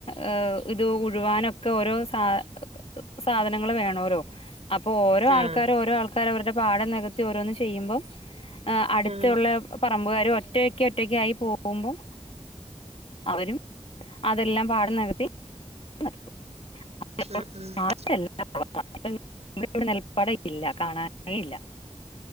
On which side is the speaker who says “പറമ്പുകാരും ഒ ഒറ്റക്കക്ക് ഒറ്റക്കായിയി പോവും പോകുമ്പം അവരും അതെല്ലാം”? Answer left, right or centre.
Left